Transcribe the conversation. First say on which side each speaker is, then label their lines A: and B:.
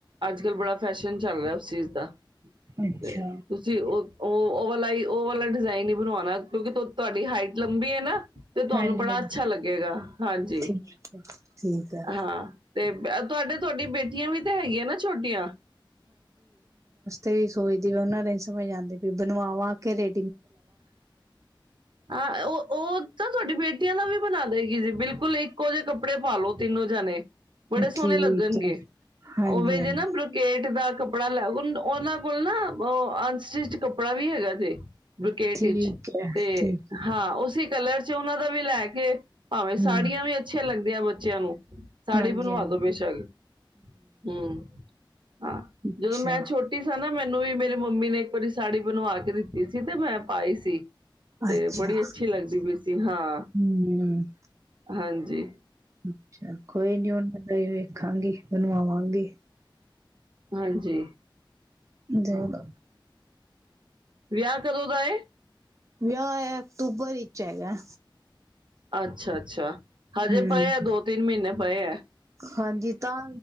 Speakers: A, on the right; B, on the right.
A: ਅੱਜ ਕੱਲ ਬੜਾ ਫੈਸ਼ਨ ਚੱਲ ਰਿਹਾ ਉਸ ਚੀਜ਼ ਦਾ।
B: ਅੱਛਾ।
A: ਤੇ ਤੁਸੀਂ ਉਹ ਉਹ ਵਾਲਾ ਹੀ ਉਹ ਵਾਲਾ ਡਿਜ਼ਾਇਨ ਹੀ ਬਣਵਾਉਣਾ। ਕਿਉਂਕਿ ਤੁਹਾਡੀ ਹਾਈਟ ਲੰਬੀ ਹੈ ਨਾ। ਤੇ ਤੁਹਾਨੂੰ
B: ਹਾਂਜੀ-ਹਾਂਜੀ।
A: ਬੜਾ ਅੱਛਾ ਲੱਗੇਗਾ ਹਾਂਜੀ।
B: <unintelligible> ਠੀਕ ਹੈ।
A: ਹਾਂ ਤੇ <unintelligible> ਤੁਹਾਡੇ ਤੁਹਾਡੀ ਬੇਟੀਆਂ ਵੀ ਤਾਂ ਹੈਗੀਆਂ ਨਾ ਛੋਟੀਆਂ।
B: ਇਹ ਈ ਸੋਚਦੀ ਵੀ ਉਹਨਾਂ ਦੇ ਨੀ ਸਮਝ ਆਂਦੀ ਪਈ ਬਣਵਾਵਾ ਕੇ ਰੇ
A: ਹਾਂ ਉਹ ਉਹ ਤਾਂ ਤੁਹਾਡੇ ਬੇ ਟੀਆ ਦਾ ਵੀ ਬਣਾ ਦੇਗੀ ਜੀ ਬਿਲਕੁਲ ਇੱਕੋ ਜਿਹੇ ਕੱਪੜੇ ਪਾਲ ਲੋ ਤਿੰਨੋ ਜਾਣੇ। ਬੜੇ ਸੋਹਣੇ
B: ਠੀਕ
A: ਲੱਗਣਗੇ,
B: ਹੈ ਹਾਂਜੀ
A: ਓਵੇਂ
B: ਹਾਂਜੀ
A: ਜੇ ਨਾ ਬਰੁਕੇਟ ਦਾ ਕਪੜਾ ਲੇ ਆਓ ਉਹਨਾਂ ਕੋਲ ਨਾ ਉਹ ਅਨਸਟਿਚ ਕੱਪੜਾ ਵੀ ਹੈਗਾ ਜੇ। ਬੁਰੇਕੇਟ
B: ਠੀਕ
A: ਵਿੱਚ,
B: ਹੈ
A: ਤੇ
B: ਠੀਕ
A: ਹਾਂ ਉਸੇ ਕਲਰ 'ਚ ਉਹਨਾਂ ਦਾ ਵੀ ਲੈ ਕੇ ਭਾਵੇਂ
B: ਹੂੰ
A: ਸਾੜੀਆਂ ਵੀ ਅੱਛੀਆਂ ਲੱਗ ਦੀਆਂ ਬੱਚਿਆਂ ਨੂੰ। ਸਾੜੀ
B: ਹਾਂਜੀ
A: ਬਣਵਾ
B: ਹਾਂਜੀ
A: ਦੋ ਬੇਸ਼ੱਕ। ਹੂੰ ਹਾਂ
B: ਅੱਛਾ
A: ਜਦੋਂ ਮੈਂ ਛੋਟੀ ਸਾਂ ਨਾ। ਮੈਨੂੰ ਵੀ ਮੇਰੀ ਮੰਮੀ ਨੇ ਇੱਕ ਵਾਰੀ ਸਾੜੀ ਬਣਵਾ ਕੇ ਦਿੱਤੀ ਸੀ। ਤੇ ਮੈਂ ਪਾਈ ਸੀ। ਤੇ
B: ਅੱਛਾ
A: ਬੜੀ ਅੱਛੀ ਲੱਗਦੀ ਪਈ ਸੀ ਹਾਂ,
B: ਹੂੰ
A: ਹਾਂਜੀ। ਜੀ।
B: ਅੱਛਾ ਕੋਈ ਨੀ ਹੁਣ ਮੈਂ ਵੇਖਾਂਗੀ। ਬਣਵਾਵਾਂਗ਼ੀ।
A: ਹਾਂਜੀ।
B: ਦਿਉਗਾ
A: ਹਾਂ ਹਾਂ ਵਿਆਹ ਕਦੋਂ ਦਾ ਏ
B: ਵਿਆਹ ਐ ਅਕਤੂਬਰ ਵਿੱਚ ਹੈਗਾ।
A: ਅੱਛਾ-ਅੱਛਾ ਹਜੇ
B: ਹੂੰ
A: ਪਏ ਆ ਦੋ ਤਿੰਨ ਮਹੀਨੇ ਪਏ ਐ।
B: ਹਾਂਜੀ ਤਾਂ